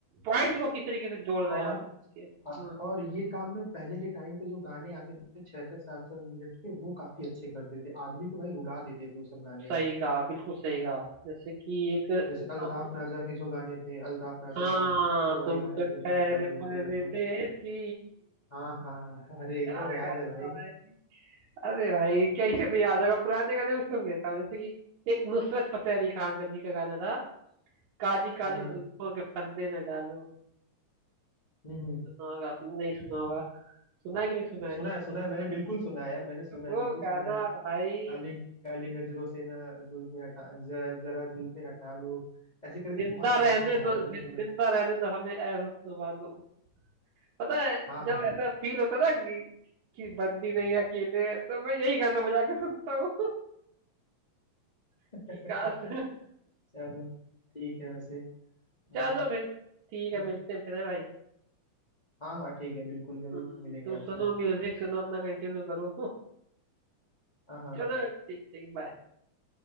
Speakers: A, on the right; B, on the left.
A: पॉइंट को किस तरीके से जोड़ रहे
B: और
A: हैं आप ये, हाँ,
B: और ये काम ना पहले के टाइम पे जो गाने आते थे छह छह सात सात मिनट के वो काफी अच्छे करते थे आदमी को भाई रुला देते थे वो सब गाने
A: सही कहा बिल्कुल सही कहा जैसे कि एक
B: जैसे अल्ताफ
A: आपने
B: राजा के जो गाने थे अल्ताफ राजा
A: हाँ
B: के वो वाले
A: तुम
B: गाने
A: तो ठहर
B: थे जो क्या बोलते
A: परदेसी
B: हैं आप हाँ हाँ हाँ, हाँ, अरे एकदम
A: क्या
B: याद
A: गाना
B: है
A: था
B: भाई
A: भाई अरे भाई कैसे नहीं याद होगा पुराने गाने भी सुन लेता हूँ जैसे कि एक नुसरत फतेह अली खान का जी का गाना था काली काली
B: हाँ हाँ
A: जुल्फों के फंदे न डालो
B: हम्म हम्म
A: सुना होगा नहीं सुना होगा सुना है कि नहीं सुना
B: सुना
A: है
B: है सुना है मैंने बिल्कुल सुना है यार मैंने सुना
A: वो
B: है बिल्कुल सुना
A: गाना
B: है
A: भाई
B: काली काली नजरों से ना जुल्फे हटा ज, जरा जुल्फे हटा लो ऐसे करके
A: जिंदा
B: बहुत इंटरेस्टिंग
A: रहने
B: गाना
A: दो
B: है मैंने
A: जि-
B: सुना
A: जिंदा
B: है
A: रहने दो हमें ए हुस्न वालो पता है
B: हाँ
A: जब
B: हाँ
A: ऐसा फील होता है ना कि, कि बंदी नहीं है अकेले तो मैं यही गाना बजा के सुनता हूँ <laughs>
B: <laughs>
A: कि काश
B: चलो ठीक है वैसे हाँ
A: चलो फिर ठीक
B: फिर-
A: है मिलते हैं फिर हैं भाई
B: हाँ हाँ ठीक है बिल्कुल जरूर
A: हम्म,
B: मिलेंगे
A: तुम
B: आपसे
A: सुनो म्यूजिक सुनो अपना कंटिन्यू करो <laughs>
B: हाँ हाँ
A: चलो ठीक ठीक बाय